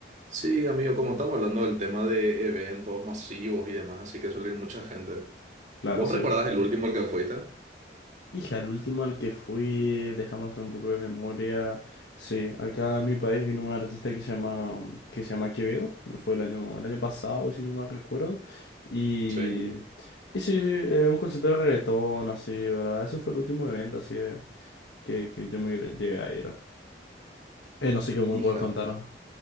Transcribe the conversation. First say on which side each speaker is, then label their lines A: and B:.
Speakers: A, on the right (about 40°); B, on the left (about 85°).
A: Sí, amigo, como estamos hablando del tema de eventos masivos y demás, así que suele ir mucha gente.
B: Claro,
A: ¿Vos
B: sí.
A: recordás el último al que fuiste?
B: Hija, el último al que fui, déjame hacer un poco de memoria. Sí, acá a mi país vino un artista que se llama, que se llama Quevedo. Fue el año, el año pasado, si no mal recuerdo. Y,
A: Sí.
B: y sí, sí, eh, un concierto de reggaetón, así, ¿verdad? Ese fue el último evento, así, eh, que, que yo me llegué a ir. Eh, no sé qué me
A: Hija.
B: puedes contar, ¿no?